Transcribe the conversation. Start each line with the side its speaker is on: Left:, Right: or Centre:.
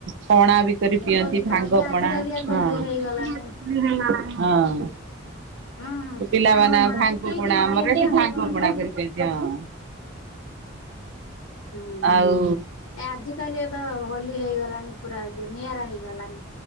Right: ପଣା ବି କରି ପିଅନ୍ତି
Left: ହୋଲି ଖେଳନ୍ତି
Right: ଭାଙ୍ଗ
Left: ଆଜିକାଲିଆ
Right: ପଣା
Left: ତ
Right: ହଁ
Left: ହୋଲି ହେଇଗଲାଣି
Right: ହଁ।
Left: ହୁଁ ହୁଁ
Right: ପିଲାମାନେ
Left: ଭାଙ୍ଗ ପଣା
Right: ଭାଙ୍ଗ
Left: ବି କେହି
Right: ପଣା
Left: କେହି ପିଅନ୍ତି
Right: ଆମର ଭାଙ୍ଗ ପଣା
Left: କରିକି।
Right: କରିପିଅନ୍ତି ହଁ।
Left: ହୁଁ
Right: ଆଉ
Left: ଏ ଆଜିକାଲି ତ ହୋଲି ହେଇଗଲାଣି ପୁରା ଇଏ ରେ ନିଆରା ହେଇଗଲାଣି